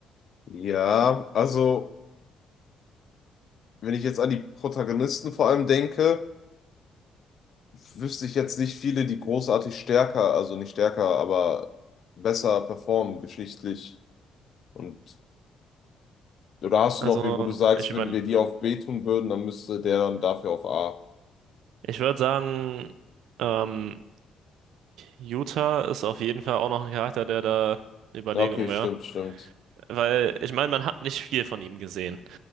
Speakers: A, on the left; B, on the right.
A: Ja, also wenn ich jetzt an die Protagonisten vor allem denke, wüsste ich jetzt nicht viele, die großartig stärker, also nicht stärker, aber besser performen geschichtlich. Und oder hast
B: Also,
A: du noch wie, wo du sagst,
B: ich über,
A: wenn wir die auf B tun würden, dann müsste der dann dafür auf A.
B: ich würde sagen, ähm, Utah ist auf jeden Fall auch noch ein Charakter, der da eine Überlegung
A: Ja, okay,
B: wäre.
A: stimmt, stimmt.
B: Weil, ich meine, man hat nicht viel von ihm gesehen.